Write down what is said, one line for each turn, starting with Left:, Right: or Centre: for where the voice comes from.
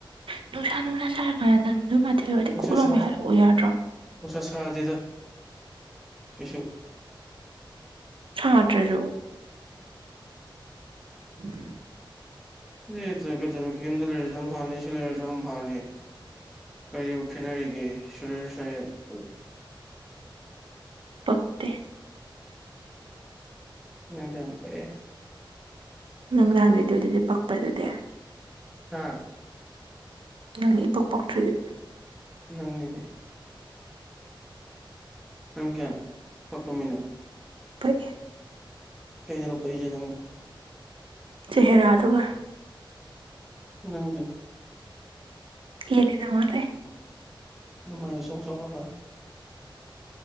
Right: ꯅꯨꯡꯁꯥ ꯅꯨꯡꯁꯥ ꯁꯥꯔꯀꯥꯟꯗ ꯅꯪ ꯅꫭꯏꯃ ꯊꯤꯜꯂꫭꯔꯗꯤ
Centre: ꯅꯨꯡꯁꯥ
Right: ꯀꯣꯛꯂꯥꯎꯃꯩ
Centre: ꯁꯥ
Right: ꯍꯜꯂꯛꯎ ꯌꯥꯗ꯭ꯔꯣ
Centre: ꯅꯨꯡꯁꯥ ꯁꯥꯗꯗ ꯀꯩꯁꯨ
Right: ꯁꯥꯗ꯭ꯔꯁꯨ <unintelligible>
Centre: <unintelligible> ꯀꯩꯗꯧꯔꯒꯦ ꯌꯨꯝꯗ ꯂꯩꯔꯁꯨ ꯑꯝꯍꯥꯅꯤ ꯁꯤ ꯂꯩꯔꯁꯨ ꯑꯝꯍꯥꯅꯤ ꯀꯔꯤꯗꯕꯨ ꯈꯦꯠꯅꯔꯤꯒꯦ ꯁꯨꯗꯤꯔ ꯁꯍꯦꯞꯄꯨ
Right: ꯄꯛꯇꯦ
Centre: ꯅꯪꯗꯤ ꯌꯥꯝ ꯄꯛ ꯑꯦ
Right: ꯅꯪ <unintelligible> ꯄꯛꯄ꯭ꯔ ꯑꯗꯨꯗꯤ
Centre: ꯍꯥ
Right: ꯅꯪꯅꯤ ꯏꯄꯛ ꯄꯛꯇ꯭ꯔꯤꯗꯤ
Centre: ꯅꯪꯅꯤꯅꯦ ꯅꯪ ꯀꯌꯥꯝ ꯄꯛꯄ ꯃꯤꯅꯣ
Right: ꯄꯛꯏ
Centre: ꯀꯩꯗꯅꯣ ꯄꯛꯏꯁꯦ ꯅꯪꯅ
Right: ꯆꯦꯍꯦꯔꯥꯗꯨꯒ
Centre: ꯅꯪꯗꯤ
Right: ꯍꯦꯜꯂꯤ ꯅꯪꯉꫭꯟꯗꯩ
Centre: ꯅꯃꯥꯏ ꯏꯆꯥꯎ ꯆꯥꯎꯔꯒ